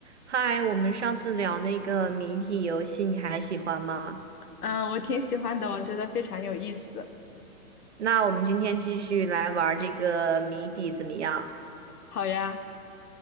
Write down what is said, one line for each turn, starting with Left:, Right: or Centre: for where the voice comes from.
Right: 嗨，我们上次聊那个谜底游戏，你还喜欢吗？
Left: 嗯，我挺喜欢的，我觉得非常有意思。
Right: 那我们今天继续来玩儿这个谜底，怎么样？
Left: 好呀，